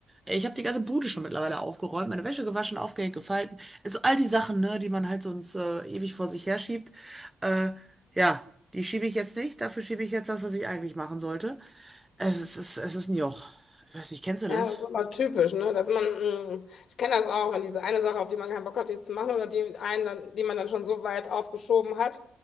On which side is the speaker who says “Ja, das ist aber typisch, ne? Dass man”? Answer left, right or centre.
Left